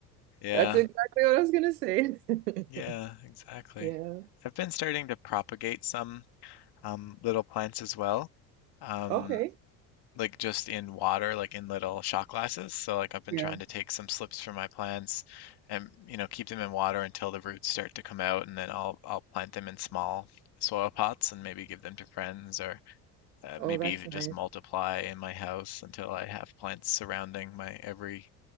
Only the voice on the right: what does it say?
That's exactly what I was gonna say. <laughs>
Yeah.
Okay.
Yeah.
Oh,
that's
nice.